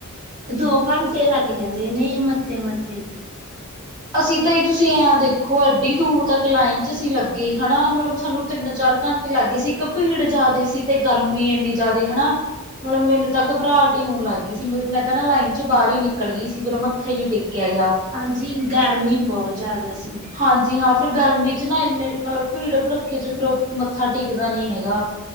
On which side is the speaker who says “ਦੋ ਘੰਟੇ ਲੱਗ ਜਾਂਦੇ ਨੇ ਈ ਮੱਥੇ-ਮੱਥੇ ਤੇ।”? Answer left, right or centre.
Right